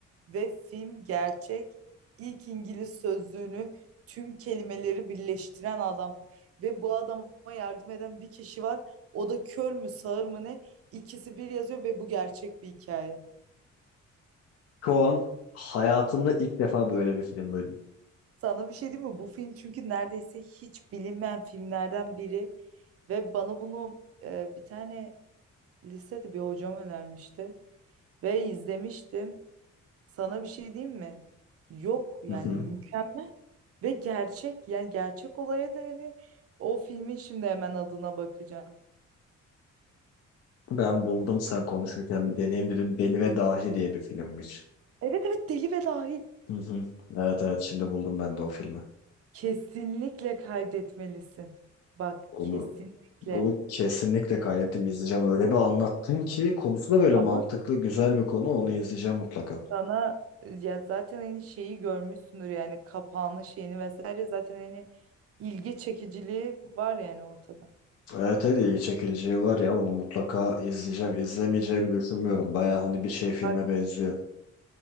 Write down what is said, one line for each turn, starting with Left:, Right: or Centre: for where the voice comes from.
Right: Ve film gerçek. İlk İngiliz sözlüğünü tüm kelimeleri birleştiren adam. Ve bu adama yardım eden bir kişi var. O da kör mü sağır mı ne? İkisi bir yazıyor ve bu gerçek bir hikaye.
Left: Şu an hayatımda ilk defa böyle bir film duydum.
Right: Sana bir şey diyeyim mi? Bu film çünkü neredeyse hiç bilinmeyen filmlerden biri ve bana bunu e, bir tane lisede bir hocam önermişti ve izlemiştim. Sana bir şey diyeyim mi? Yok yani
Left: Hı hı.
Right: mükemmel ve gerçek yani gerçek olaya dayanıyor. O filmin şimdi hemen adına bakacağım.
Left: Ben buldum sen konuşurken bir deneyim dedim. Deli ve Dahi diye bir filmmiş.
Right: Evet evet Deli ve Dahil.
Left: Hı hı. Evet evet şimdi buldum ben de o filmi.
Right: Kesinlikle kaydetmelisin. Bak
Left: Bunu,
Right: kesinlikle.
Left: bunu kesinlikle kaydettim izleyeceğim. Öyle bir anlattın ki konusu da böyle
Right: Ama
Left: mantıklı güzel bir konu. Onu izleyeceğim mutlaka.
Right: Sana ya zaten hani şeyi görmüşsündür yani kapağını şeyini vesaire zaten hani ilgi çekiciliği var yani ortada.
Left: Evet evet ilgi çekiciliği var ya onu mutlaka izleyeceğim. İzlemeyeceğimi düşünmüyorum. Baya hani bir şey filme
Right: Bak
Left: benziyor.